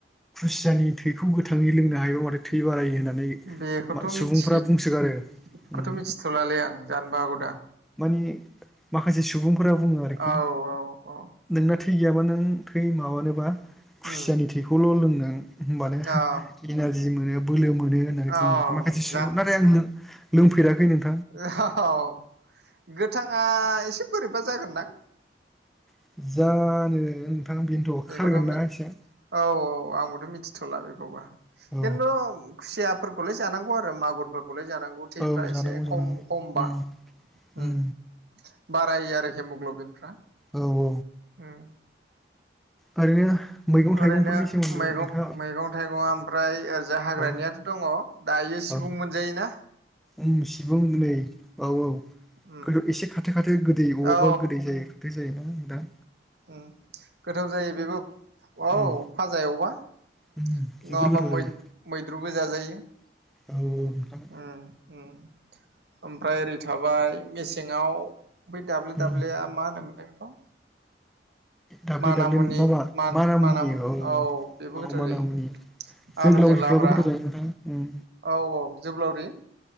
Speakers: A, in the centre; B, on the right (about 65°).
A: खुसियानि थैखौ गोथाङै लोंनो हायोबा माथो थै बारायो होनना नै
B: बेखौथ'
A: मा
B: मिथि
A: सुबुंफ्रा बुंसोगारो।
B: बेखौथ'
A: ओम।
B: मिथिथ'लालै आं जानोबो हागौदां
A: मानि माखासे सुबुंफोरा बुङो आरोखि
B: औ औ औ
A: नोंना थै गैयाबा नों थै माबानोबा खुसियानि
B: उम
A: थैखौल' लों नों होमबानो
B: औ
A: इनारजि मोनो बोलो मोनो होननानै बुङो
B: औ
A: माखासे
B: जा
A: <unintelligible> नाथाय आं लों लोंफेराखै नोंथ
B: <unintelligible> गोथाङा एसे बोरैबा जागोनदां।
A: जानो नोंथां बेनोथ'
B: बेखौथ'
A: खारगोन ना
B: मिथ
A: एसे
B: औ औ आंबोथ' मिथि थ'ला बेखौबा
A: औ
B: खिन्थु खुसियाफोरखौलाय जानांगौ आरो मागुरफोर खौलाय जानांगौ थैफ्रा
A: औ जानांगौ
B: एसे
A: जानांगौ
B: खम खमबा।
A: उम
B: ओम
A: उम
B: बारायो आरो हेमग्लबिनफ्रा।
A: औ औ
B: ओम
A: ओरैनो मैगं थाइगंफोरनि
B: ओरैनो
A: सोमोन्दै
B: मैगं
A: नोंथाङा
B: मैगं थाइगंआ फ्राय ओरैजा हाग्रानियाथ'
A: औ
B: दङ दायो सिबुं
A: औ
B: मोनजायो ना?
A: उम सिबुं नै औ औ।
B: उम
A: गोदो एसे खाथो खाथो गोदै अबा अबा
B: औ
A: गोदै जायो खाथो जायोना नोंथां?
B: ओम गोथाव जायो बेबो औ
A: उम
B: फाजा एवबा। नङाबा
A: उम जोबोर गोथाव जायो
B: मै-मैद्रुबो जाजायो।
A: औ। नोंथां
B: ओम ओम ओमफ्राय ओरै थाबाय मेसेंआव बै दाब्ले
A: उम
B: दाब्लेया मा होनोमोनलाय बेखौ?
A: दाब्लि
B: माना
A: दाब्लि
B: मुनि
A: माबा
B: मा
A: मानामुनि
B: माना
A: औ
B: बेबो
A: औ
B: गोथाव
A: मानामुनि।
B: जायो
A: जों
B: आलुजों
A: दाउ रोसिफ्राबो
B: लाब्रा
A: गोथाव जायो नोंथां ओम
B: औ औ जोब्लावरि